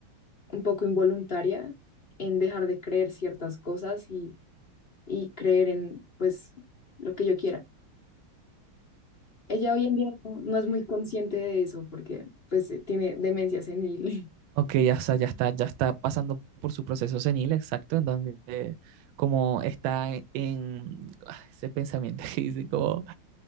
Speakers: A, on the left; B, on the right.
A: un poco involuntaria en dejar de creer ciertas cosas y, y creer en pues lo que yo quiera. Ella hoy en día no no es muy consciente de eso porque pues eh, tiene demencia senil.
B: Ok, ya, está, ya está, ya está pasando por su proceso senil, exacto, en donde eh, como está en, en- ah, ese pensamiento <laughs> que dice como,